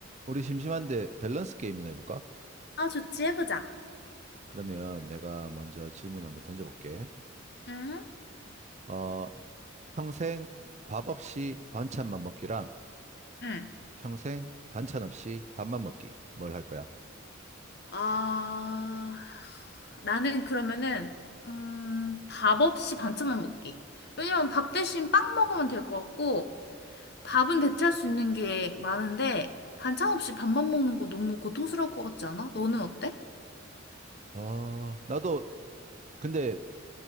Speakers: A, on the right; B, on the left.
A: 우리 심심한데 밸런스 게임이나 해볼까?
B: 아, 좋지, 해보자.
A: 그러면 내가 먼저 질문 한번 던져볼게.
B: 응?
A: 어, 평생 밥 없이 반찬만 먹기랑
B: 응.
A: 평생 반찬 없이 밥만 먹기. 뭘 할 거야?
B: 아, 나는 그러면은, 음, 밥 없이 반찬만 먹기. 왜냐면 밥 대신 빵 먹으면 될 것 같고, 밥은 대체할 수 있는 게 많은데, 반찬 없이 밥만 먹는 거 너무 고통스러울 것 같지 않아? 너는 어때?
A: 어, 나도 근데